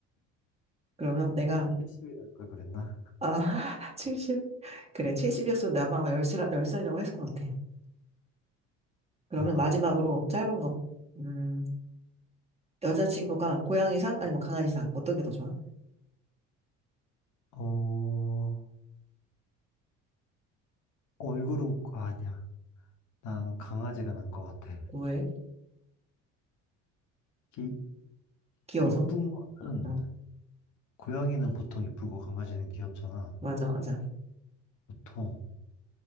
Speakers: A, on the right (about 15°); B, on the left (about 55°).
A: 그러면 내가,
B: 실수일할 걸 그랬나?
A: 아, <laughs> 70. 그래, 70이었으면 내가 아마 10살, 열 살이라고 했을 것 같아. 그러면
B: 아,
A: 마지막으로 짧은 거. 음, 여자친구가 고양이상? 아니면 강아지상? 어떤 게 더 좋아?
B: 어, 얼굴은, 아, 아니야. 난 강아지가 난 것 같아.
A: 왜?
B: 이,
A: 귀여워서?
B: 이쁜 거는,
A: 어,
B: 고양이는 보통 이쁘고 강아지는 귀엽잖아.
A: 맞아, 맞아.
B: 보통,